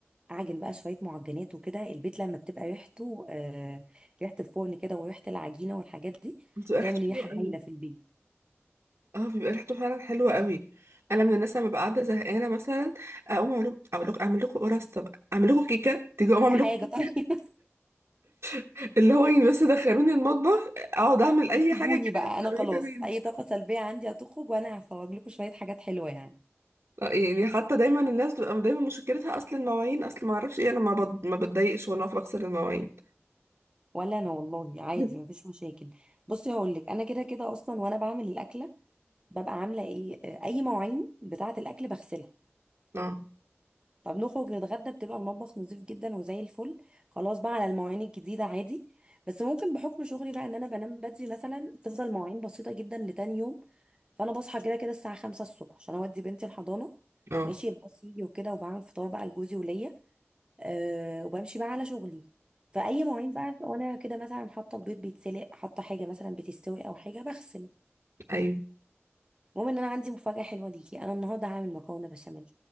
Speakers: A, on the right (about 20°); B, on the right (about 65°).
A: اعجن بقى شويه معجنات وكده البيت لما بتبقى ريحته آه ريحه الفرن كده وريحه العجينه والحاجات دي
B: بتبقى
A: تعمل
B: ريحته
A: ريحه
B: حلوه أوي.
A: هايله في البيت
B: اه بيبقى ريحته فعلا حلوه قوي انا من الناس لما ببقى قاعده زهقانه مثلا اقوم اعمل اقول لكم اعمل لكم قرصه بقى اعمل لكم كيكه تيجي اقوم
A: اي
B: اعمل
A: حاجه
B: لكم
A: طيب
B: <laughs> اللي هو يعني بس دخلوني المطبخ اقعد اعمل
A: <laughs>
B: اي
A: وسيبوني
B: حاجه كده
A: بقى
B: هتلاقوني
A: انا خلاص
B: تمام
A: اي طاقه سلبيه عندي هتخرج وانا هخرج لكم شويه حاجات حلوه يعني
B: آه، يعني حتى دايما الناس بتبقى دايما مشكلتها اصل المواعين اصل ما اعرفش ايه انا ما بض... ما بتضايقش وانا واقفه بغسل المواعين
A: ولا انا والله عادي
B: <laughs>
A: مفيش مشاكل بصي هقول لك انا كده كده اصلا وانا بعمل الاكله ببقى عامله ايه آه، اي مواعين بتاعه الاكل بغسلها
B: اه
A: طب نخرج نتغدى بتبقى المطبخ نظيف جدا وزي الفل خلاص بقى على المواعين الجديدة عادي بس ممكن بحكم شغلي بقى ان انا بنام بدري مثلا تفضل مواعين بسيطة جدا لتاني يوم فانا بصحى كده كده الساعة خمسة الصبح عشان اودي بنتي الحضانة
B: اه
A: ماشي الباص يجي وكده وبعمل فطار بقى لجوزي وليا أه وبمشي بقى على شغلي فأي مواعين بقى وانا كده مثلا حاطة البيض بيتسلق حاطة حاجة مثلا بتستوي او حاجة بغسل
B: ايوه
A: المهم ان انا عندي مفاجأة حلوة ليكي انا النهارده هعمل مكرونة بشاميل